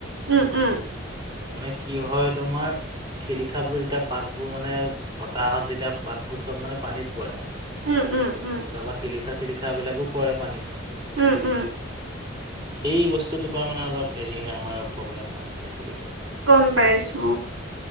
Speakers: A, on the right; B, on the right.
A: উম উম
B: মানে কি হয় তোমাৰ শিলিখাবোৰ যেতিয়া পাতবোৰ মানে বতাহত যেতিয়া পাতবোৰ চব মানে পানীত পৰে মানে
A: উম উম উম
B: তাৰপা শিলিখা চিলিখাবিলাকো পৰে পানীত
A: উম উম
B: সেই বস্তুটোৰ পৰা মানে অলপ হেৰি হয় আমাৰ প্ৰব্লেম হয় পুখুৰীটোত
A: গম পাইছো